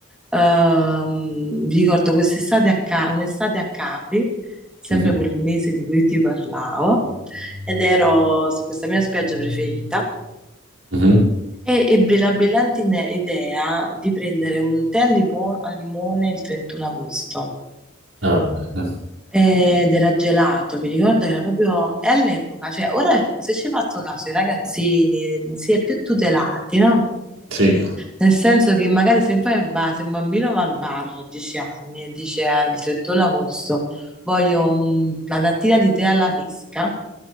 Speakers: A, in the centre; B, on the right (about 75°).
A: Ehm, vi ricordo quest'estate a Ca- un'estate a Capri, sempre
B: mhm,
A: quel mese di cui ti parlavo, ed ero su questa mia spiaggia preferita.
B: mhm, mhm.
A: E ebbi la brillante ine- idea di prendere un tè al lipo- al limone il 31 agosto.
B: Ah, bene.
A: Ed era gelato, mi ricordo che era proprio è all'epoca, cioè ora se ci hai fatto caso i ragazzini si è più tutelati, no?
B: Sì.
A: Nel senso che magari se vai al bar, se un bambino va al bar a 10 anni e dice al 31 agosto voglio un- una lattina di tè alla pesca,